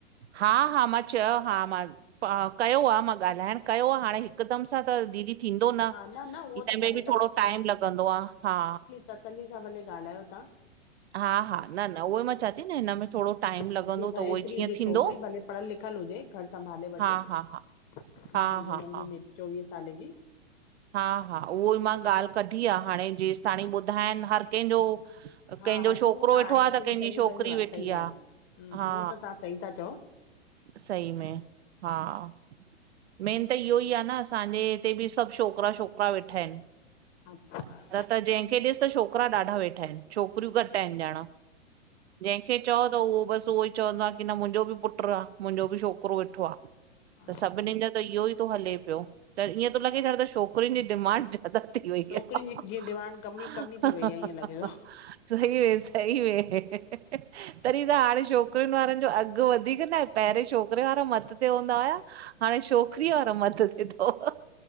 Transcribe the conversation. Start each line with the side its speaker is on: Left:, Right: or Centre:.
Right: हा -हा मां चयो हा, मां पा कयो आ मां ॻाल्हाइण कयो आ, हाणे हिकदमि सां त दीदी थींदो न,
Left: हा न उहो
Right: हिन
Left: त भले
Right: में बि थोरो टाइम लॻंदो आ हा
Left: तसल्ली सां भले ॻाल्हायो तव्हां
Right: हा हा, न न उहो ई मां चां थी न हिन में थोरो टाइम
Left: हा
Right: लॻंदो
Left: जीअं
Right: त
Left: घरेतिरी
Right: उहो ई जीअं
Left: हुजे
Right: थींदो
Left: छोकिरी भले पढ़ियल लिखियल हुजे, घर संभाले वठे।
Right: हा
Left: इएं
Right: हा हा हा
Left: हुंदो
Right: हा
Left: महीने
Right: हा
Left: में चोवीह साले जी
Right: हा- हा उहो ई मां ॻाल्हि कढी आ हाणे जेसि ताणी ॿुधाइन हर कंहिंजो कंहिंजो
Left: हा हर
Right: छोकिरो
Left: हू आहे
Right: वेठो
Left: हर
Right: आ,
Left: कंहिंजो
Right: त कंहिंजी
Left: पंहिंजो
Right: छोकिरी
Left: पंहिंजो आहे
Right: वेठी
Left: सही ॻाल्हि
Right: आ,
Left: आहे हम्म
Right: हा
Left: उहो त तव्हां सही था चओ
Right: सही में, हा मेन त इहो ई आ न असांजे हिते बि सभु छोकिरा- छोकिरा वेठा आहिनि।
Left: अच्छा
Right: त जंहिंखे ॾिस त छोकिरा ॾाढा वेठा आहिनि, छोकिरियूं घटि आहिनि ॼणा जंहिंखे चओ त उहो बसि उहो ई चवंदो आ कि न मुंहिंजो बि पुट्रु आ, मुंहिंजो बि छोकिरो वेठो आ।
Left: हा
Right: त सभिननि जो त इहो ई थो हले पियो, त ईअं थो लॻे ॾयण त छोकिरियुनि जी डिमांड <unintelligible> थी वई हीअ,
Left: छोकिरियुनि
Right: हा
Left: जी
Right: हा,
Left: जीअं डिमांड कम ई
Right: ह
Left: कम ई थी
Right: हा
Left: वई
Right: हा
Left: आहे ईअं
Right: हा
Left: लॻे थो।
Right: हा हा ह सही में सही में, ही -ही, ही- ही तॾहिं त हाणे छोक छोकुरिनि वारनि जो अघु वधीक न, पहिरें छोकिरे वारा मथते हूंदा
Left: हा
Right: हुया। हाणे छोक रीअ वारा मथते थहो,